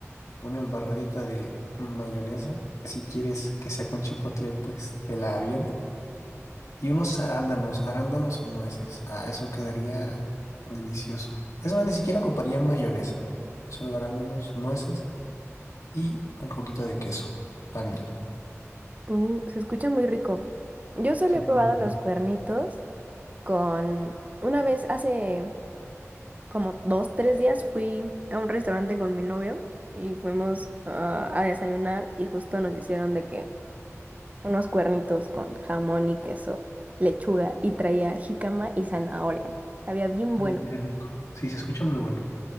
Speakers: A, on the left; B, on the right.
A: una embarradita de mayonesa, si quieres que sea con chipotle, pues te la avienta. Y unos arándanos, arándanos y nueces. Ah, eso quedaría delicioso. Es más, ni siquiera ocuparía mayonesa. Solo arándanos, nueces y un poquito de queso, panela.
B: Uh, se escucha muy rico. Yo solo
A: Sí,
B: he probado
A: muy bueno.
B: los cuernitos con... Una vez, hace como dos, tres días, fui a un restaurante con mi novio y fuimos ah, a desayunar y justo nos hicieron de que unos cuernitos con jamón y queso, lechuga y traía jícama y zanahoria. Sabía bien
A: Mm,
B: bueno.
A: qué rico. Sí, se escucha muy bueno.